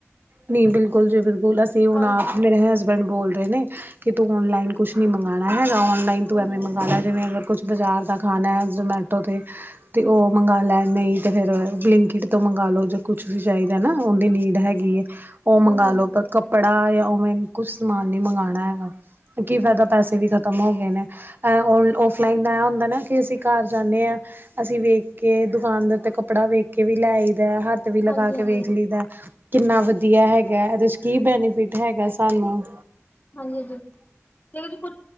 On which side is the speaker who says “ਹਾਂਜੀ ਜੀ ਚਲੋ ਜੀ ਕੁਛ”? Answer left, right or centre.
Left